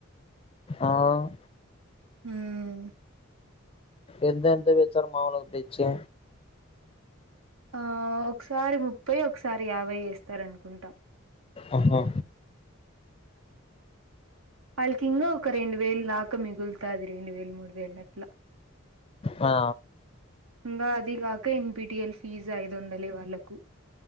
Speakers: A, on the left (about 25°); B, on the right (about 80°).
A: ఆహ్
B: ఉమ్
A: ఎంత ఎంత తెచ్చారు మాముూలుగ తెచ్చె
B: ఆ ఒకసారి ముప్పై ఒకసారి యాభై యేస్తారనుకుంటా
A: ఆహా
B: వాళ్ళకింగా ఒక రెండు వేలు దాకా మిగులుతది రెండు వేలు మూడు వేలు అట్లా
A: ఆ
B: ఇంగా అదిగాక N P T L fee ఐదొందలే వాళ్లకు